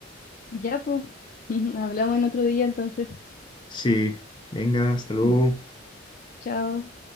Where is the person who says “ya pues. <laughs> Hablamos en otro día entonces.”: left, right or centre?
Left